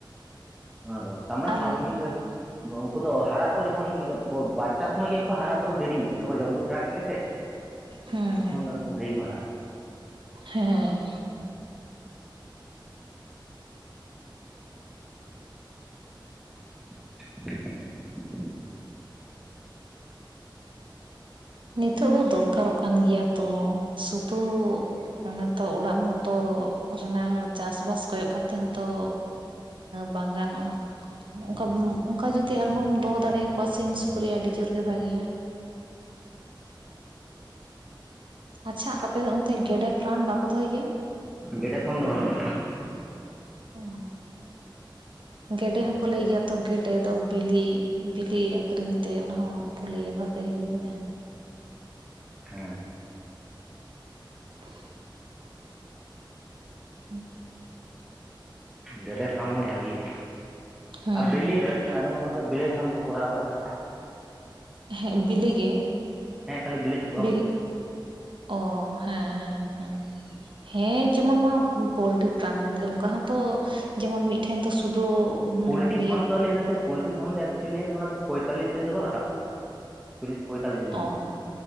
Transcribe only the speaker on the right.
ᱟᱨ
ᱦᱮᱸ
ᱦᱮᱸ
ᱱᱤᱛᱚᱜ ᱫᱚ ᱫᱚᱨ ᱠᱟᱨᱚᱜ ᱠᱟᱱ ᱜᱮᱭᱟ ᱛᱚ ᱥᱩᱫᱩ᱾ ᱚᱱᱮ ᱛᱚ ᱚᱲᱟᱜ ᱢᱚᱛᱚ ᱨᱮᱱᱟᱝ᱾ ᱪᱟᱥ ᱵᱟᱥ ᱠᱚᱭᱚᱜ ᱠᱟᱛᱮ ᱦᱚᱸᱛᱚ ᱵᱟᱝ ᱜᱟᱱᱚᱜᱼᱟ ‌ᱚᱱᱠᱟ᱾ ᱚᱱᱠᱟ ᱡᱩᱫᱤ ᱟᱨ ᱦᱚᱢ ᱫᱚᱦᱚ ᱫᱟᱲᱮ ᱟᱠᱚᱣᱟ ᱥᱤᱢ ᱥᱩᱠᱨᱤ ᱟᱹᱰᱤ ᱡᱳᱨ ᱜᱮ ᱵᱷᱟᱜᱮ ᱭᱟ᱾ ᱟᱪᱪᱷᱟ ᱟᱯᱮ ᱚᱱᱛᱮ ᱜᱮᱰᱮ ᱯᱷᱟᱨᱟᱢ ᱵᱟᱠᱚ ᱫᱚᱦᱚᱭ ᱜᱮᱭᱟ᱾
<unintelligible> ᱜᱮᱰᱮ ᱦᱚᱸᱠᱚ ᱞᱟᱹᱭ ᱜᱮᱭᱟ ᱛᱚ ᱜᱮᱰᱮ ᱫᱚ ᱵᱤᱞᱤ᱾ ᱵᱤᱞᱤ ᱟᱠᱷᱨᱤᱧ ᱛᱮ ᱚᱱᱟ ᱦᱚᱸ ᱠᱚ ᱞᱟᱹᱭᱼᱟ ᱵᱷᱟᱜᱮ ᱜᱮ ᱤᱭᱟᱹ ᱢᱮᱱᱟᱜᱼᱟ᱾
<unintelligible> <unintelligible>
ᱦᱮᱸ
ᱦᱮᱸ ᱵᱮᱞᱮᱜ ᱜᱮ
ᱵᱤᱞ
ᱚ ᱦᱮᱸ ᱦᱮᱸ ᱦᱮᱸ ᱦᱮᱸ ᱡᱮᱢᱚᱱ ᱱᱚᱣᱟ ᱯᱳᱞᱴᱨᱤ ᱯᱷᱮᱨᱟᱢ ᱜᱮᱢ ᱞᱟᱹᱭ ᱫᱟ ᱚᱱᱠᱟ ᱦᱚᱸᱛᱚ᱾ ᱡᱮᱢᱚᱱ ᱢᱤᱫ ᱴᱷᱮᱱ ᱫᱚ ᱥᱩᱫᱩ᱾
ᱤᱭᱟᱹ
ᱚ